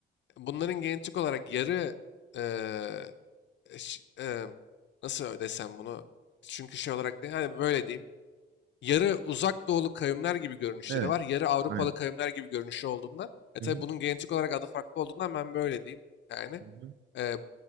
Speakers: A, on the left; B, on the right.
A: bunların genetik olarak yarı eee, ş- eee, nasıl desem bunu? Çünkü şey olarak değil, hani böyle diyeyim. Yarı uzak doğulu kavimler gibi görünüşleri
B: Evet.
A: var. Yarı Avrupalı
B: Aynen.
A: kavimler gibi görünüşü olduğundan. E
B: Hı
A: tabi
B: hı.
A: bunun genetik olarak adı farklı olduğundan ben böyle diyeyim. Yani
B: Hı hı.
A: Eee,